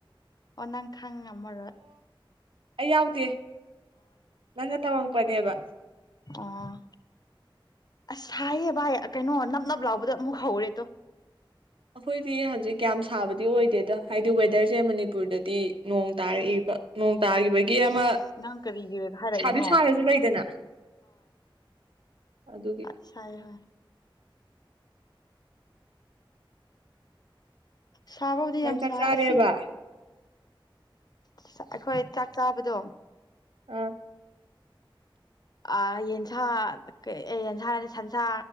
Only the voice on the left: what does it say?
ꯑꯣꯅꯥꯈꯥꯡ ꯑꯃ ꯑꯃꯔ
ꯑꯥ ꯑꯁ ꯍꯥꯏꯥꯏꯌꯦ ꯚꯥꯏ ꯀꯩꯅꯣ ꯅꯞ ꯅꯞ ꯂꯥꯎꯕꯗꯣ ꯑꯃꯨꯛ ꯍꯧꯔꯦꯗꯣ
ꯑꯁ
ꯅꯪ ꯀꯔꯤꯒꯤ ꯍꯥꯏꯔꯛꯏꯅꯣ
ꯆꯠ ꯁꯥꯏ ꯍꯣꯏ ꯁꯥꯕꯥꯎꯗꯤ
ꯌꯥꯝ
ꯁꯥꯏ
ꯑꯁꯤ ꯑꯁ ꯑꯩꯈꯣꯏ ꯆꯥꯛ ꯆꯥꯕꯗꯣ
ꯑ ꯌꯦꯟꯁꯥ ꯀ ꯑꯦ ꯌꯦꯟꯁꯥꯅꯠꯇꯦ ꯁꯟꯁꯥ